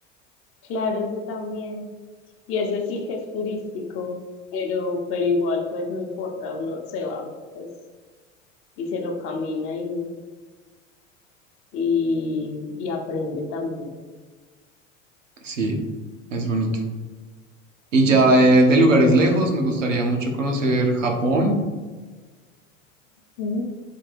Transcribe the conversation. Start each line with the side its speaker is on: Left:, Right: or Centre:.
Left: claro, ese también. Y ese sí que es turístico, pero, pero igual, pues no importa, uno se va, pues, y se lo camina y, y, y aprende también.
Right: Sí, es bonito. Y
Left: Ujú,
Right: ya de, de lugares lejos, me gustaría mucho conocer Japón
Left: ujú.